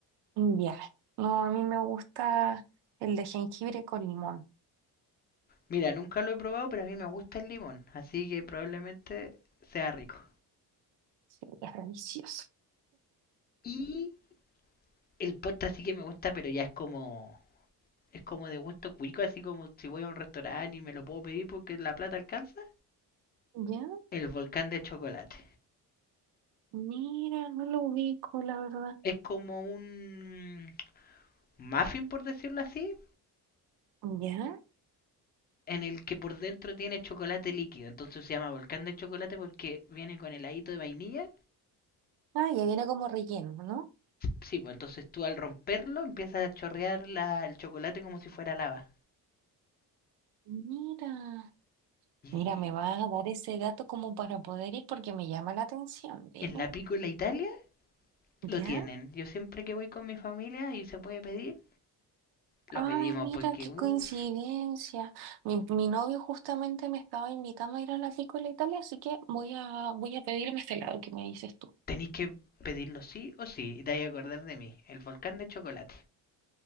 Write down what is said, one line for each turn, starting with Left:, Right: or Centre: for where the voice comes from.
Right: ya. No, a mí me gusta el de jengibre con limón.
Left: Mira, nunca lo he probado, pero a mí me gusta el limón, así que probablemente sea rico.
Right: Sí, es delicioso.
Left: Y el postre sí que me gusta, pero ya es como es como de gusto cuico, así como si voy a un restaurante y me lo puedo pedir porque la plata alcanza.
Right: Ya,
Left: El volcán de chocolate.
Right: mira, no lo ubico, la verdad.
Left: Es como un muffin, por decirlo así,
Right: Ya.
Left: en el que por dentro tiene chocolate líquido. Entonces se llama volcán de chocolate porque viene con heladito de vainilla
Right: Ah, ya viene como relleno, ¿no?
Left: Sí, pues entonces tú al romperlo empiezas a chorrear la- el chocolate como si fuera lava.
Right: Mira.
Left: Y
Right: Mira, me va a dar ese dato como para poder ir porque me llama la atención, ¿ve?
Left: en la Piccola Italia lo
Right: ¿Ya?
Left: tienen. Yo siempre que voy con mi familia y se puede pedir, lo
Right: Ay,
Left: pedimos
Right: mira,
Left: porque,
Right: qué
Left: uff,
Right: coincidencia. Mi, mi novio justamente me estaba invitando a ir a la Piccola Italia, así que voy a, voy a pedirme este lado que me dices tú.
Left: tenéis que pedirlo sí o sí. Y te vais a acordar de mí, el volcán de chocolate.